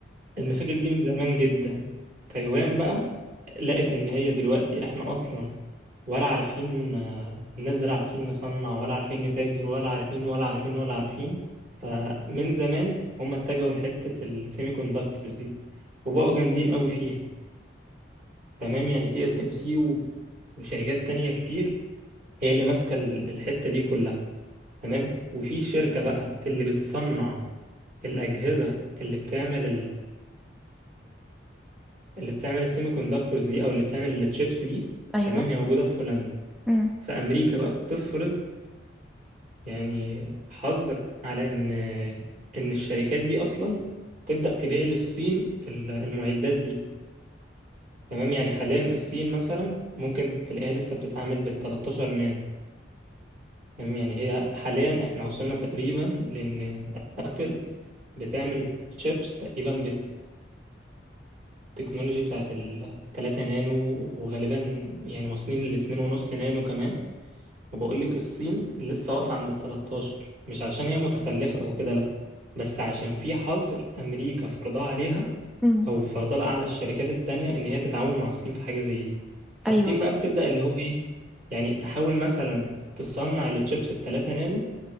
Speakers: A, on the right; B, in the centre.
A: المشاكل دي من زمان جدا تايوان بقى لقت ان هي دلوقتي احنا اصلا ولا عارفين آه، نزرع عارفين نصنع ولا عارفين نتاجر ولا عارفين ولا عارفين ولا عارفين فمن زمان هم اتجهوا لحتة السيمي كوندكتورز دي وبقوا جامدين قوي فيها تمام يعني تي اس ام سي وشركات تانية كتير هي اللي ماسكة ال- الحتة دي كلها تمام وفي شركة بقى اللي بتصنع الأجهزة اللي بتعمل اللي بتعمل السيمي كوندكتورز دي او اللي بتعمل التشيبس دي
B: أيوه
A: تمام هي موجوده في هولندا
B: مم.
A: فامريكا بقى بتفرض يعني حظر على ان ان الشركات دي اصلا تبدا تبيع للصين ال- المعدات دي تمام يعني حاليا الصين مثلا ممكن تلاقيها لسه بتتعامل بال 13 نانو تمام يعني هي حاليا احنا وصلنا تقريبا لان ابل بتعمل تشيبس تقريبا التكنولوجي بتاعت التلاتة نانو وغالبا يعني واصلين لاتنين ونص نانو كمان وبقول لك الصين لسه واقفة عند التلتاشر مش عشان هي متخلفة أو كده لأ بس عشان في حظر أمريكا فرضاه عليها
B: مم.
A: أو فرضاه بقى على الشركات التانية إن هي تتعاون مع الصين في حاجة زي دي فالصين
B: أيوه
A: بقى بتبدأ اللي هو إيه يعني تحاول مثلا تصنع التشيبس التلاتة نانو